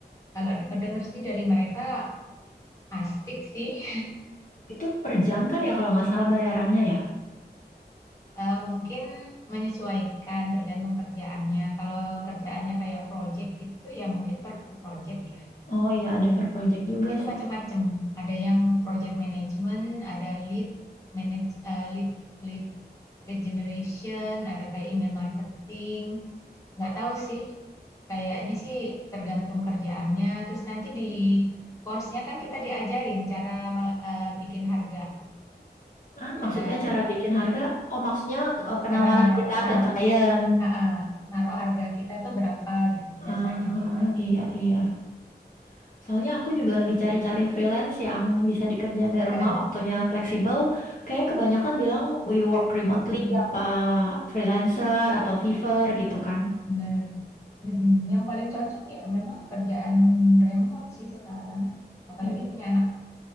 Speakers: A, on the left; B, on the left.
A: Kalau dengar-dengar sih dari mereka asik sih.
B: Itu per jam kan ya kalau nggak salah bayarannya ya.
A: Eh, mungkin menyesuaikan tergantung kerjaannya. Kalau kerjaannya kayak project gitu ya mungkin per project ya.
B: Oh iya, ada yang per project juga
A: Dan itu
B: sih.
A: macam-macam. Ada yang project management, ada lead manage eh, lead lead lead generation, ada kayak email marketing. Nggak tahu sih. Kayaknya sih tergantung kerjaannya. Terus nanti di course-nya kan kita diajarin cara mel- eh, bikin harga,
B: Ah,
A: cara
B: maksudnya cara bikin harga? Oh, maksudnya eh, penawaran
A: cara naruh
B: kita
A: naro
B: ke klien.
A: Heeh, naruh harga kita tuh berapa gitu jasanya
B: Ah,
A: kita itu.
B: iya, iya. Soalnya aku juga lagi cari-cari freelance yang bisa dikerjain dari
A: Ya,
B: rumah, waktunya fleksibel. Kayak kebanyakan bilang we work remotely,
A: hmm,
B: apa freelancer atau Fiverr gitu kan.
A: bener. Mm-mm. Yang paling cocok ya memang kerjaan remote sih sekarang. Apalagi
B: Iya.
A: punya anak